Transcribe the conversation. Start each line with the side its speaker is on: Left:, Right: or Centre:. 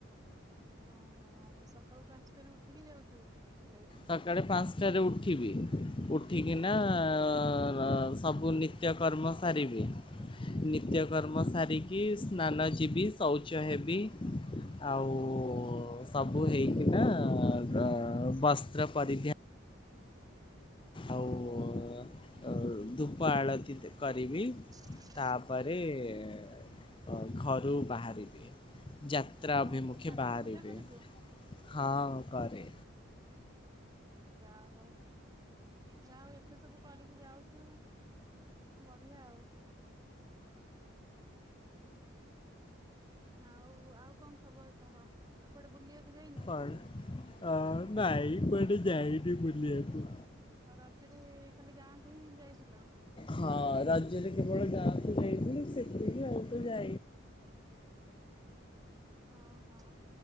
Right: ହଁ, ହଁ ସ କାଳୁ ପାନ୍ସଟାରୁ ଉଠିକି ଯାଉଚୁ କଲେଜ୍?
Left: ସକାଳେ ପାନ୍ସଟାରେ ଉଠିବି, ଉଠିକିନା
Right: ହୁଁ
Left: ଅ, ବା ସବୁ ବୁ ନିତ୍ୟ କର୍ମ ସାରିବି। ନି ତ୍ୟକର୍ମ
Right: ହୁଁ
Left: ସାରିକି ସ୍ନାନ ଯିବି, ଶୌଚ ହେବି। ଆଉ ସବୁ ହେଇକିନା ର-ବସ୍ତ୍ର ପରିଦ୍ଧ୍ୟା ଆଉ ଅ, ଆଉ ଧୂପ ଆଳତି କରିବି।
Right: ହ <unintelligible>
Left: ତାପରେ ଅ, ଘରୁ ବାହାରିବି। ଯାତ୍ରା
Right: ଆଉ
Left: ଅଭିମୁଖେ
Right: ତ ଠାକୁର
Left: ବାହାରିବେ।
Right: ପୂଜା କରୁଛୁ
Left: ହଁ କରେ।
Right: ଯା ହଉ। ଯାହା ହୋଉ ଏତେ ସବୁ କରିକି ଯାଉଛୁ। ବଢ଼ିଆ ଆଉ। ଆଉ ଆଉ କଣ ଖବର କହ? ଆଉ କୁଆଡ଼େ ବୁଲିବାକୁ ଯାଇନୁ?
Left: କଣ? ଅ, ନାଇଁ କୁଆଡ଼େ ଯାଇନି ବୁଲିବାକୁ।
Right: ଆଉ ରଜରେ ଖାଲି ଗାଁକୁ ହିଁ ଯାଇଥିଲ?
Left: ହଁ ରଜରେ କେବଳ ଗାଁକୁ ଯାଇଥିଲି, ସେତିକି ଆଉ ତ ଯା
Right: ହଁ, ହଁ